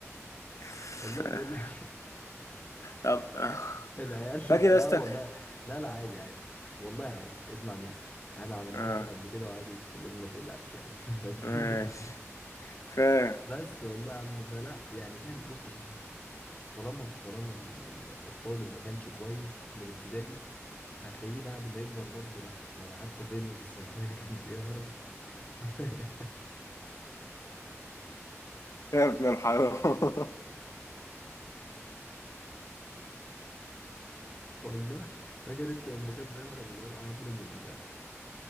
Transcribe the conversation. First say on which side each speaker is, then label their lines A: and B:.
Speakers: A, on the left; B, on the left.
A: <laughs>
B: والله بقول لك
A: طب آه،
B: <laughs> العيال
A: فاكر يا
B: لا
A: اسطى
B: والله لا لا عادي عادي والله عادي اسمع مني احنا عملناه
A: اه
B: اصلا قبل كده وعادي وتسلم ما تقلقش يعني <laughs> فالدنيا
A: ماشي
B: جميلة.
A: فاهم
B: بس والله يا عم فلا يعني فاهم بص يا صاحبي طالما طالما ال- ال- الطالب ما كانش كويس من ابتدائي هتلاقيه بعد ما يكبر برضه لا يعني حتى فهمني في الثانوية كان بيهرب <laughs>
A: يا ابن الحرام <laughs>
B: والله فاكر انت لما كان بيهرب الولد عمرو من ال-